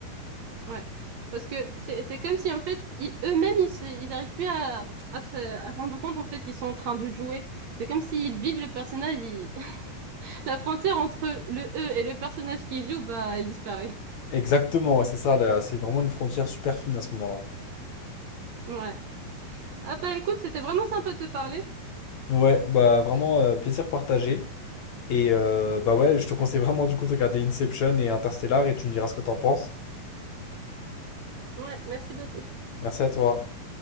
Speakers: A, on the right; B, on the left.
A: Ouais. Parce que c'est, c'est comme si, en fait, ils- eux-mêmes, ils, se- ils arrivent plus à, à se à se rendre compte, en fait, qu'ils sont en train de jouer. C'est comme s'ils vivent le personnage, ils- <laughs> la frontière entre le eux et le personnage qu'ils jouent, bah, elle disparaît.
B: Exactement, ouais, c'est ça, là. C'est vraiment une frontière super fine à ce moment-là.
A: Ouais. Ah, bah, écoute, c'était vraiment sympa de te parler.
B: Ouais, bah vraiment, euh, plaisir partagé. Et euh, bah ouais, je te conseille vraiment du coup de regarder Inception et Interstellar et tu me diras ce que t'en penses.
A: Ouais, merci beaucoup.
B: Merci à toi.